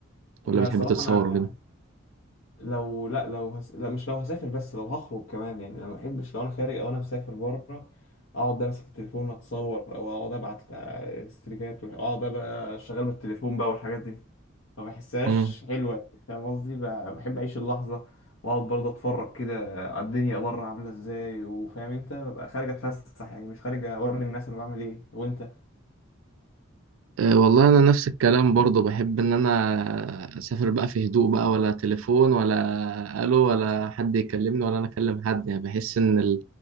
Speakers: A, on the left; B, on the right.
A: لا
B: ولا بتحب
A: الصراحة
B: تتصور
A: انا لو لا لو هس... لا مش لو هسافر بس لو هخرج كمان يعني انا ما بحبش لو انا خارج او انا مسافر بره اقعد امسك التليفون اتصور او اقعد ابعت ستريكات واقعد بقى شغال بالتليفون بقى والحاجات دي ما بحسهاش
B: كده؟
A: حلوه يعني، فاهم قصدي ب- بحب اعيش اللحظه واقعد برضه اتفرج كده على الدنيا بره عامله ازاي وفاهم انت ببقى خارج اتفسح يعني مش خارج اوري الناس انا بعمل ايه وانت
B: أه، والله انا نفس الكلام برضو بحب ان انا اسافر بقى في هدوء بقى ولا تليفون ولا الو ولا حد يكلمني ولا انا اكلم حد يعني بحس ان